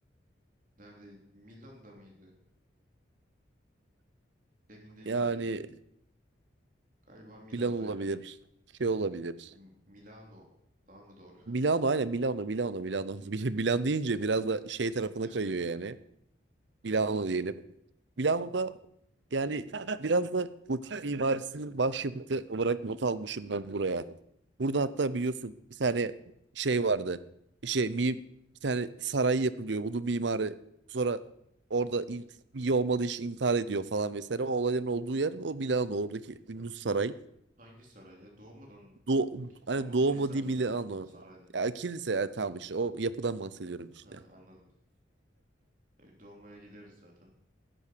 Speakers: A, on the right (about 45°); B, on the right (about 65°).
A: Neredeydi? Milan'da mıydı? Emin değilim
B: Yani
A: ya. Galiba Milan'daydı.
B: Milan olabilir. Şey olabilir.
A: M- Milano daha mı doğru?
B: Milano aynen Milano Milano Milano. <laughs> Bil- Milan deyince biraz da şey tarafına
A: <laughs> Evet.
B: kayıyor yani. Milano diyelim. Milano'da yani biraz da gotik mimarisinin başyapıtı olarak not almışım ben buraya. Burada hatta biliyorsun bir tane şey vardı. Şey mi, bir tane saray yapılıyor. Bunun mimarı sonra orada ilk iyi olmadığı için intihar ediyor falan vesaire. O olayların olduğu yer o Milano oradaki ünlü saray.
A: Hangi saray ya? Doğmadan
B: Do hani
A: Doğma
B: Duomo
A: kilise
B: di
A: ama
B: Milano.
A: galiba o saray değil.
B: Ya kilise ya, tamam işte o yapıdan bahsediyorum işte.
A: Ha anladım. E, Doğmaya gideriz zaten.